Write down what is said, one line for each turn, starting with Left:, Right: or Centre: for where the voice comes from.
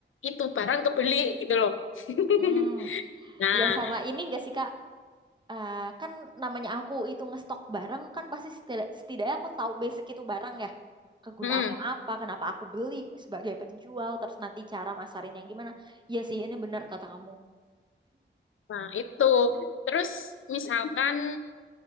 Left: itu barang kebeli gitu loh. <laughs>
Right: Mm.
Left: Nah,
Right: Ya sama ini enggak sih Kak? Eh, kan namanya aku itu ngestok barang kan pasti setida- setidaknya aku tahu basic itu barang ya. Kegunaannya
Left: mm,
Right: apa, kenapa aku beli sebagai penjual, terus nanti cara masarinnya gimana. Iya sih ini benar kata kamu.
Left: nah itu. Terus misalkan